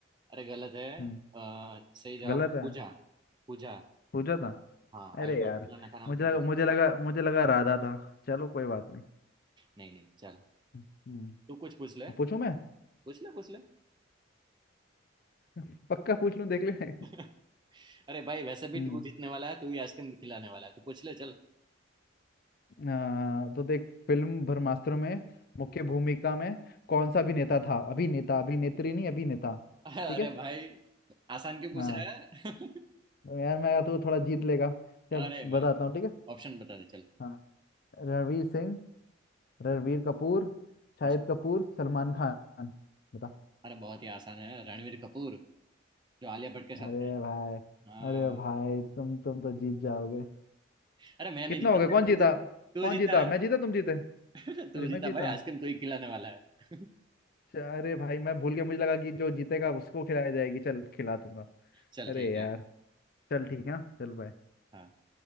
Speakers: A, on the right; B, on the left.
A: अरे गलत है
B: हम्म
A: अ, सही जवाब
B: गलत है
A: पूजा पूजा
B: पूछा था
A: हाँ
B: अरे
A: आयुष्मान
B: यार
A: खुराना का नाम
B: मुझे
A: पूजा
B: लगा मुझे
A: था
B: लगा मुझे लगा राधा था चलो कोई बात नहीं
A: नहीं नहीं चल
B: हम्म
A: तू कुछ पूछ ले
B: और पूछूं मैं
A: पूछ ले पूछ ले
B: <laughs> पक्का पूछ लूं देख ले <laughs>
A: <laughs> अरे भाई वैसे भी
B: हम्म
A: तू जीतने वाला है तू ही आइसक्रीम खिलाने वाला है तू पूछ ले चल
B: आ, तो देख फिल्म ब्रह्मास्त्र में मुख्य भूमिका
A: हाँ।
B: में कौन सा अभिनेता था अभिनेता अभिनेत्री नहीं अभिनेता
A: <laughs> अरे
B: ठीक है
A: भाई आसान क्यों पूछ
B: हाँ
A: रहा है <laughs>
B: तो यार मैं तो थोड़ा जीत लेगा चल
A: अरे
B: बताता
A: भाई
B: हूँ ठीक है
A: ऑप्शन बता दे चल
B: हाँ रणवीर सिंह रणवीर कपूर शाहिद
A: अच्छा
B: कपूर सलमान खान बता
A: अरे बहुत ही आसान है रणवीर कपूर जो आलिया भट्ट के साथ
B: अरे
A: थे
B: भाई
A: हाँ
B: अरे भाई तुम तुम तो जीत जाओगे
A: अरे मैं नहीं
B: कितना
A: जीता
B: हो गया कौन
A: तू
B: जीता
A: जीत तू
B: कौन
A: जीता
B: जीता मैं जीता तुम जीते
A: <laughs>
B: अरे
A: तू
B: मैं
A: जीता
B: जीता
A: भाई आइसक्रीम तू ही खिलाने वाला है <laughs>
B: अच्छा, अरे भाई मैं भूल गया मुझे लगा कि जो जीतेगा उसको खिलाया जाएगी चल खिला दूंगा
A: चल
B: अरे
A: ठीक
B: यार
A: है
B: चल ठीक है ना? चल बाय
A: हाँ